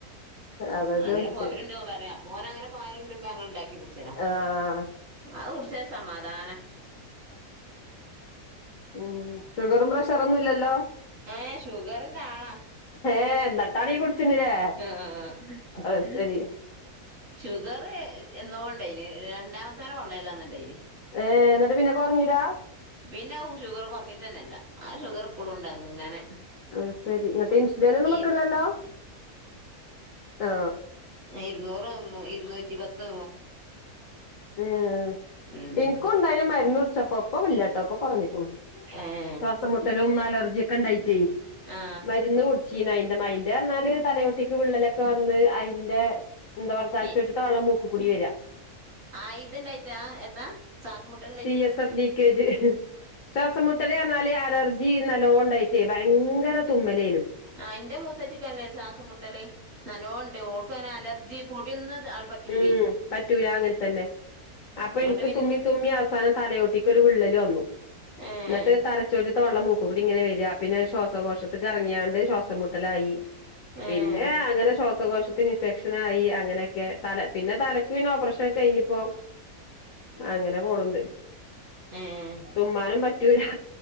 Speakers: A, on the left; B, on the right.
A: അതാ
B: അങ്ങനെ
A: ചോദിച്ചേ
B: പോവല്ണ്ട് ഓൻ പറയാ അപ്പൊ ഓൻ അങ്ങനെ പാലൊണ്ടെര്മ്പൊ ഞങ്ങള് ഇണ്ടാക്കി കുടിച്ചലാ..
A: ആഹ് ആഹ്
B: അത് കുടിച്ച സമാധാനാ
A: ഉം ഷുഗറും പ്രഷറൊന്നും ഇല്ലല്ലോ
B: എ ഷുഗറിന്റെ ആളാ
A: ഏ എന്നിട്ടാണ് ഈ കുടിച്ചിനില്ലേ
B: ആഹ് ആഹ്
A: അത് ശരി
B: <inaudible> ഷുഗറ് എന്നോണ്ടായിനിം രണ്ടാമത്തെനെ പള്ളെല്ള്ളന്ന് ഇണ്ടായിനിം
A: ഏ എന്നിട്ട് പിന്നെ കുറഞ്ഞില്ലാ
B: പിന്നെ ഷുഗർ കുറഞ്ഞിട്ട് തന്നെയില്ല ആ ഷുഗർ ഇപ്പോഴുമുണ്ട് അങ്ങനെ
A: ആ ശരി ഇങ്ങട്ട് ഇൻസുലിൻ ഒന്നും
B: ഈ
A: വെയ്ക്കന്നില്ലല്ലോ ആ
B: ഇരുന്നൂറോ ഇരുന്നൂറ്റി പത്തോ
A: എഹ്
B: ഉം
A: ഇക്കും ഇണ്ടായ്നു മര്ന്ന് കുട്ച്ചപ്പോ ഇപ്പൊ ഇല്ലാട്ടൊ ഇപ്പൊ കൊറഞ്ഞ്ക്ക്ണു.
B: എ
A: ശ്വാസംമുട്ടലും അലർജിയും ഒക്കെ ഉണ്ടായിട്ടേ
B: ആ
A: മരുന്ന് കൊടു ചീന അയിന്റെ മയിന്റെ വന്നാൽ തലയോട്ടിക്ക് വിള്ളലൊക്കെ വന്ന് അയിൻ്റെ എന്താ <inaudible>
B: ഈ
A: ന്ന്ട്ടാ വെള്ളം മൂക്ക് കൂടി വെരാ
B: ആ ഇതുണ്ടായിട്ടാ എത്താ ശ്വാസമുട്ടൽ
A: സിഎസ്എഫ് പി കെ ജ് ശ്വാസംമുട്ടൽ പറഞ്ഞാൽ അലർജി നല്ലോണ്ടായിട്ടേ ഭയങ്കര തുമ്മലേയിരുന്നു
B: ആ ഇന്റെ മൂത്തച്ചി ക്കല്ലേ ശ്വാസം മുട്ടൽ നല്ലോണമുണ്ട് ഓൾക്കെ അലർജി പൊടി ഒന്ന് പറ്റൂല്ലേ
A: ഉം പറ്റൂല അങ്ങന തന്നെ അപ്പൊ
B: ഇങ്ങോട്ട്
A: എനിക്ക്
B: പിന്നെ
A: തുമ്മി തുമ്മി അവസാനം തലയോട്ടിക്ക് ഒരു വിള്ളൽ വന്നു
B: ഏഹ്
A: എന്നിട്ട് തലച്ചോറ്റ്ത്തെ വെള്ളം ഇങ്ങനെ മൂക്ക് കൂടി ഇങ്ങനെ വരിക പിന്നെ ശ്വാസകോശത്ത് ഇറങ്ങിയാണ്ട് ശ്വാസം മുട്ടലായി
B: ഏഹ്
A: പിന്നെ അങ്ങനെ ശ്വാസകോശത്തിന് ഇൻഫെക്ഷൻ ആയി അങ്ങനെയൊക്കെ തല പിന്നെ തലയ്ക്ക് പിന്നെ ഓപ്പറേഷൻ ഒ ക്കെ കഴിഞ്ഞിപ്പോ അങ്ങനെ പോണുണ്ട്
B: ഏഹ്
A: തുമ്മാനും പറ്റൂല്ല